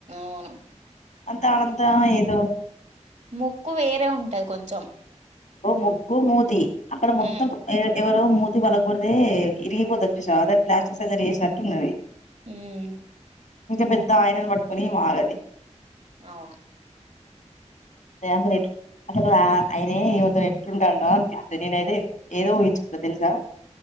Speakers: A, on the right (about 70°); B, on the left (about 80°).
A: అవును
B: అంత అంతా <unintelligible>
A: మోక్కు వేరే ఉంటది కొంచెం
B: ముక్కు మూతి అక్కడ మొత్తం
A: ఉమ్
B: <unintelligible> మూతి పగల్కొడ్తే ఇరిగిపోతది చూసావ అ దాని ప్లాస్టిక్ సర్జరీ చేసినట్లు ఉన్నది
A: ఉమ్
B: ఇంకా పెద్ద ఆయనను పట్టుకొని మారది
A: అవును
B: <unintelligible> న <unintelligible> ఎట్టుంటాండా అనిపిస్త నేన అయితే ఏదో ఊహించుకుంట తెలుసా